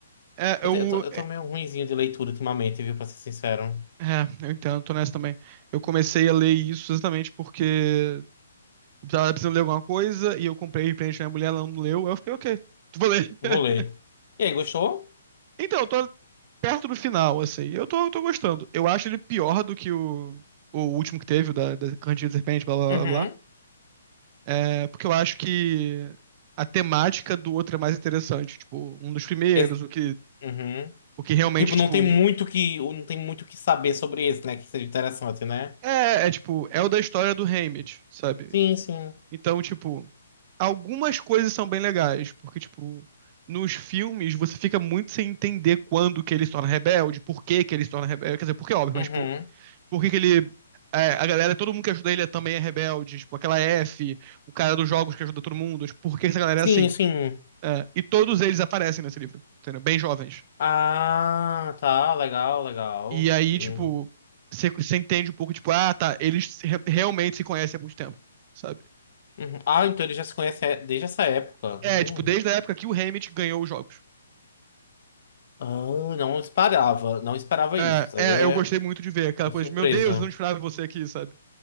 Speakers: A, on the right; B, on the left.
A: É, eu.
B: Eu, te- eu tô, eu
A: É,
B: tô meio ruinzinho de leitura ultimamente, viu? Pra ser sincero.
A: é, eu entendo, tô nessa também. Eu comecei a ler isso exatamente porque eu tava precisando ler alguma coisa e eu comprei de presente pra minha mulher, ela não leu. Aí eu fiquei, ok, vou ler.
B: Vou
A: <laughs>
B: ler. E aí, gostou?
A: Então, eu tô, perto do final, assim. Eu tô, eu tô gostando. Eu acho ele pior do que o, o último que teve, o da, da Candida de Serpente, blá blá
B: Uhum.
A: blá. blá. É, porque eu acho que a temática do outro é mais interessante. Tipo, um dos primeiros,
B: Esse...
A: o que,
B: Uhum.
A: o que realmente,
B: Tipo,
A: tipo.
B: não tem muito que, não tem muito que saber sobre esse, né? Que seja interessante, né?
A: É, é tipo, é o da história do Haymitch, sabe?
B: Sim, sim.
A: Então, tipo, algumas coisas são bem legais, porque, tipo, nos filmes você fica muito sem entender quando que ele se torna rebelde, por que que ele se torna rebelde. Quer dizer, porque é óbvio,
B: Uhum.
A: mas, tipo, Por que que ele. é, a galera, todo mundo que ajuda ele é- também é rebelde, tipo, aquela F, o cara dos jogos que ajuda todo mundo, tipo, por que essa galera
B: Sim,
A: é assim?
B: sim.
A: É, e todos eles aparecem nesse livro, entendeu? Bem jovens.
B: Ah, tá. Legal, legal.
A: E aí,
B: Hum.
A: tipo, você você entende um pouco, tipo, ah, tá, eles se- re- realmente se conhecem há muito tempo, sabe?
B: Uhum. Ah, então ele já se conhece é- desde essa época.
A: É,
B: Hum.
A: tipo, desde a época que o Hammett ganhou os jogos.
B: Ah, não esperava. Não esperava
A: É,
B: isso. Isso aí é,
A: é, eu gostei muito de ver aquela
B: é
A: coisa
B: surpresa.
A: de, meu Deus, eu não esperava você aqui, sabe?